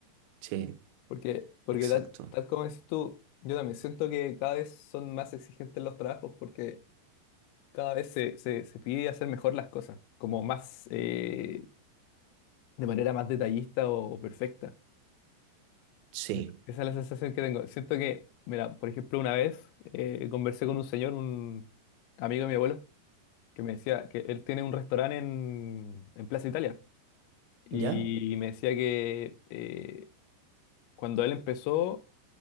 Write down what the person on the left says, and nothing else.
porque, porque
tal, tal como dices tú, yo también siento que cada vez son más exigentes los trabajos porque cada vez se, se, se pide hacer mejor las cosas, como más eh, de manera más detallista o, o perfecta.
Es- Esa es la sensación que tengo. Siento que, mira, por ejemplo, una vez eh, conversé con un señor, un amigo de mi abuelo, que me decía que él tiene un restaurante en, en Plaza Italia. Y
me decía que eh, cuando él empezó,